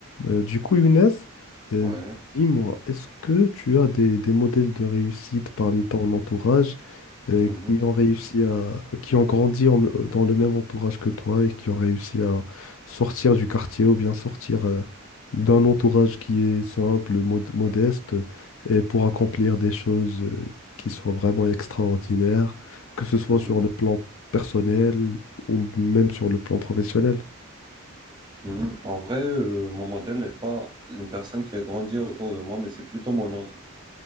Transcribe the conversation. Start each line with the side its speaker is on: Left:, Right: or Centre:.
Left: Euh, du coup, Younes, euh,
Right: Ouais.
Left: dis-moi, est-ce que tu as des, des modèles de réussite parmi ton entourage euh,
Right: Mhm.
Left: qui ont réussi à, qui ont grandi en- dans le même entourage que toi et qui ont réussi à sortir du quartier ou bien sortir euh, d'un entourage qui est simple, mod- modeste, et pour accomplir des choses euh, qui soient vraiment extraordinaires, que ce soit
Right: Mhm.
Left: sur le plan personnel ou même sur le plan professionnel?
Right: Mhm. En vrai, euh, mon modèle n'est pas une personne qui a grandi autour de moi, mais c'est plutôt mon oncle.